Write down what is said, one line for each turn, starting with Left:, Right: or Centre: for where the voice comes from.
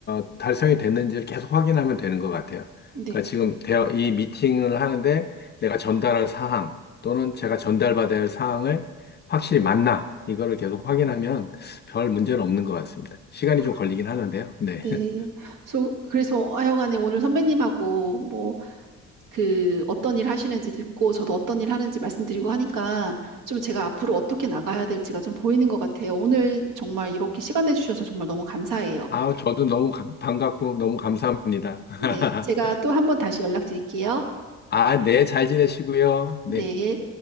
Left: 어, 달성이 됐는지를 계속 확인하면 되는 것 같아요.
Right: 네.
Left: 그러니까 지금 대화, 이 미팅을 하는데 내가 전달할 사항 또는 제가 전달받아야 할 사항을 확실히 맞나 이거를 계속 확인하면 별 문제는 없는 것 같습니다. 시간이
Right: 아,
Left: 좀 걸리긴 하는데요. 네.
Right: 네.
Left: <laughs>
Right: 소- 그래서 하여간에 오늘 선배님하고 뭐 그 어떤 일 하시는지 듣고 저도 어떤 일 하는지 말씀드리고 하니까 좀 제가 앞으로 어떻게 나가야 될지가 좀 보이는 것 같아요. 오늘 정말 이렇게 시간 내주셔서 정말 너무 감사해요.
Left: 아, 저도 너무 감- 반갑고 너무 감사합니다. <laughs>
Right: 네. 제가 또 한 번 다시 연락드릴게요.
Left: 아, 네, 잘 지내시고요. 네.
Right: 네.